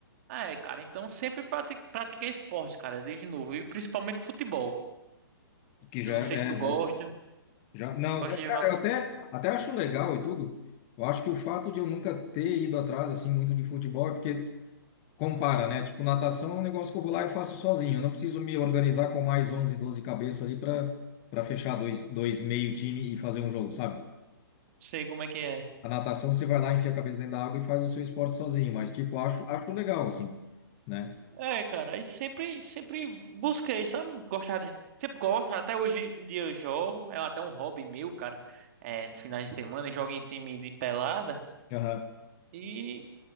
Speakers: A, on the right (about 40°); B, on the left (about 30°).
A: Ah, É, cara, então sempre prati- pratiquei esporte, cara, desde novo. E principalmente futebol.
B: Que já
A: Eu não
B: é,
A: sei se tu gosta.
B: já, já não,
A: Gosta
B: é, cara,
A: de jogar? Não
B: eu até até acho legal e tudo. Eu acho que o fato de eu nunca ter ido atrás assim muito de futebol é porque Compara, né? Tipo, natação é um negócio que eu vou lá e faço sozinho. Eu não preciso me organizar com mais 11, 12 cabeças ali para para fechar dois, dois meio time e fazer um jogo, sabe?
A: Sei como é que é.
B: A natação você vai lá, enfia a cabeça dentro da água e faz o seu esporte sozinho, mas tipo, acho, acho legal assim, né?
A: É, cara, aí sempre, sempre busquei, sabe? Gostar de. Sempre gosto, até hoje em dia eu jogo. É até um hobby meu, cara. É, no finais de semana, eu jogo em time de pelada.
B: Aham.
A: E